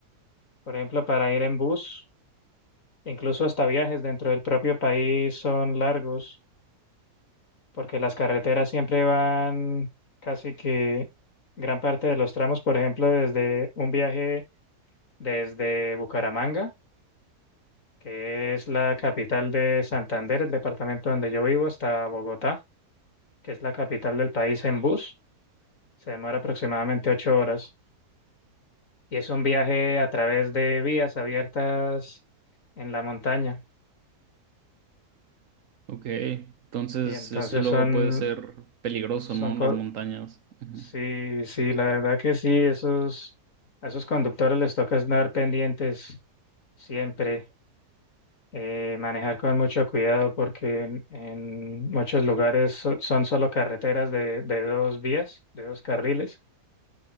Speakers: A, on the left; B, on the right.
A: por ejemplo para ir en bus, incluso hasta viajes dentro del propio país son largos. porque las carreteras siempre van casi que gran parte de los tramos, por ejemplo, desde un viaje desde Bucaramanga, que es la capital de Santander, el departamento donde yo vivo, hasta Bogotá, que es la capital del país en bus, se demora aproximadamente ocho horas y es un viaje a través de vías abiertas en la montaña
B: Ok. Entonces,
A: y entonces
B: eso luego
A: son,
B: puede ser peligroso,
A: son,
B: ¿no?
A: co-
B: Las montañas. Ujú.
A: Sí, sí, la verdad que sí, esos, a esos conductores les toca estar pendientes siempre, eh, manejar con mucho cuidado porque en, en muchos lugares so- son solo carreteras de, de dos vías, de dos carriles,